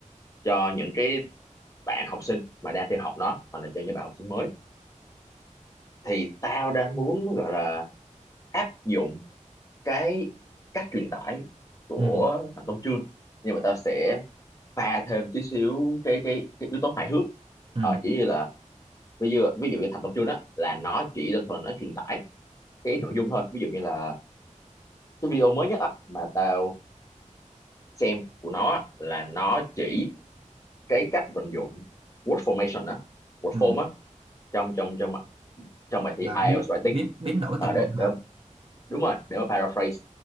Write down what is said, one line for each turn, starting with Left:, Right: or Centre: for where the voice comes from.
Left: cho những cái bạn học sinh mà đang theo học nó hoặc là cho những bạn học sinh mới thì tao đang muốn gọi là áp dụng cái cách truyền tải của
Right: ừ
Left: thằng Tông Chương nhưng mà tao sẽ pha thêm tí xíu cái cái, cái yếu tố hài hước
Right: ừ
Left: ờ, chỉ như là ví dụ ví dụ như thành công chương đó là nó chỉ đơn thuần là nó truyền tải cái nội dung thôi ví dụ như là cái video mới nhất á, mà tao xem của nó á, là nó chỉ cái cách vận dụng word formation á word
Right: ừ
Left: form á trong trong trong trong bài thi
Right: là biến
Left: IELTS writing
Right: biến biến đổi
Left: ờ
Right: từ vựng
Left: đấy, ờ,
Right: hả
Left: đúng rồi để mà paraphrase